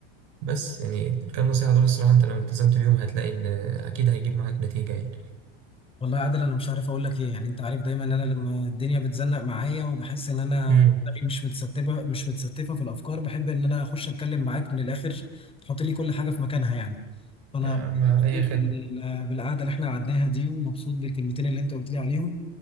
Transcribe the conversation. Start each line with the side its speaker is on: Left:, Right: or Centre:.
Right: بس يعني الكام نصيحه دول الصراحه انت لو التزمت بيهم هتلاقي ان اكيد هيجيب معاك نتيجه يعني
Left: والله يا عادل انا مش عارف اقول لك ايه يعني انت عارف دايما ان انا لما الدنيا بتزنق معايا وبحس ان انا
Right: امم
Left: دماغي مش متستبه مش متستفه في الافكار بحب ان انا اخش اتكلم معاك من الاخر تحط لي كل حاجه في مكانها يعني فانا
Right: يا عم
Left: مبسوط
Right: أي خدمة
Left: بال- بالقعده اللي احنا قعدناها دي ومبسوط بالكلمتين اللي انت قلت لي عليهم